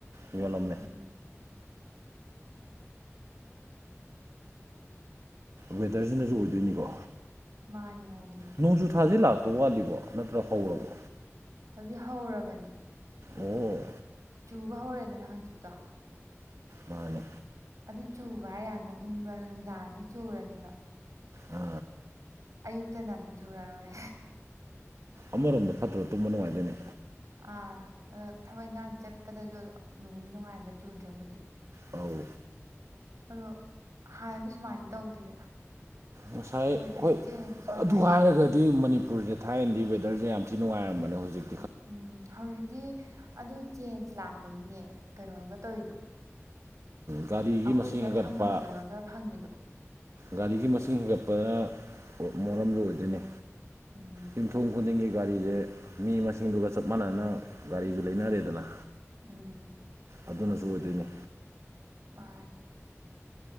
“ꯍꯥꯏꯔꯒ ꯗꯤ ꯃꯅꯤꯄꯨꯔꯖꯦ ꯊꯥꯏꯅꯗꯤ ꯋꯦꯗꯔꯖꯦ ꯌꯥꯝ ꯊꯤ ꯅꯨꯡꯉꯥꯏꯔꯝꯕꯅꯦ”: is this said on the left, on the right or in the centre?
Right